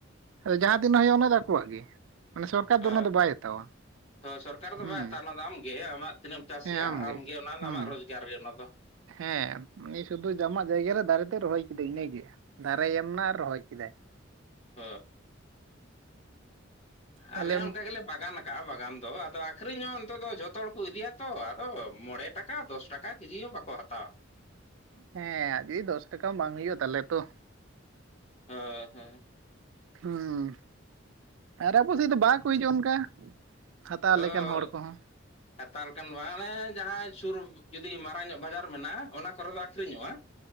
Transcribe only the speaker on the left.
ᱦᱳᱭ
ᱦᱳᱭ ᱥᱚᱨᱠᱟᱨ ᱫᱚ
ᱵᱟᱭ ᱦᱟᱛᱟ ᱚᱱᱟ ᱫᱚ ᱟᱢᱜᱮ ᱟᱢᱟᱜ ᱛᱤᱱᱟᱹᱜ ᱮᱢ ᱪᱟᱥᱤᱭᱟ
ᱟᱢᱜᱮ ᱚᱱᱟ
ᱫᱚ ᱟᱢᱟᱜ ᱨᱚᱡᱽᱜᱟᱨ ᱜᱮ ᱚᱱᱟ ᱫᱚ᱾
<inaudible>
ᱟᱞᱮ ᱦᱚᱸ
ᱚᱱᱠᱟ ᱜᱮᱞᱮ ᱵᱟᱜᱟᱱ ᱠᱟᱜᱼᱟ ᱵᱟᱜᱟᱱ ᱫᱚ ᱟᱫᱚ ᱟᱠᱷᱨᱤᱧ ᱦᱚᱸ ᱱᱤᱛᱚᱜ ᱫᱚ ᱡᱷᱚᱛᱚ ᱦᱚᱲ ᱠᱩ ᱤᱫᱤᱭᱟ ᱛᱚ ᱟᱫᱚ ᱢᱚᱬᱮ᱾ ᱴᱟᱠᱟ ᱫᱚᱥ ᱴᱟᱠᱟ ᱠᱮᱡᱤ ᱦᱚᱸ ᱵᱟᱠᱚ ᱦᱟᱛᱟᱣᱟ᱾
<unintelligible>
ᱦᱳᱭ
<unintelligible> ᱦᱟᱛᱟᱣ ᱞᱮᱠᱟᱱ ᱵᱟᱝ ᱟᱱᱮ ᱡᱟᱦᱟᱸ ᱥᱩᱨ ᱡᱩᱫᱤ ᱢᱟᱨᱟᱝ ᱧᱚᱜ ᱵᱟᱡᱟᱨ ᱢᱮᱱᱟᱜᱼᱟ ᱚᱱᱟ ᱠᱚᱨᱮ ᱫᱚ ᱟᱹᱠᱷᱚᱨᱤᱧᱚᱜᱼᱟ᱾